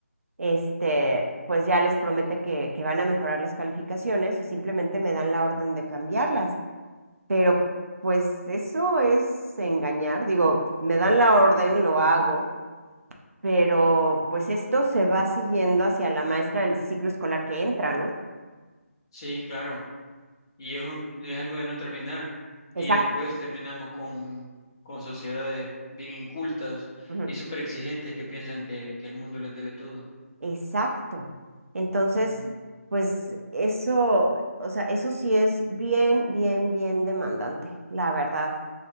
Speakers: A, on the right (about 65°); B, on the left (about 15°).
A: este, pues ya les promete que, que van a mejorar las calificaciones y simplemente me dan la orden de cambiarlas. Pero pues eso es engañar, digo, me dan la orden, lo hago, pero pues esto se va siguiendo hacia la maestra del ciclo escolar que entra, ¿no?
B: Sí, claro, y es un, es algo de no terminar. Y
A: Exacto.
B: después terminamos con, con sociedades bien incultas
A: ujú,
B: y súper exigentes que piensan que, que el mundo les debe todo.
A: Exacto. Entonces,
B: Ujú,
A: pues eso, o sea, eso sí es bien, bien, bien demandante, la verdad.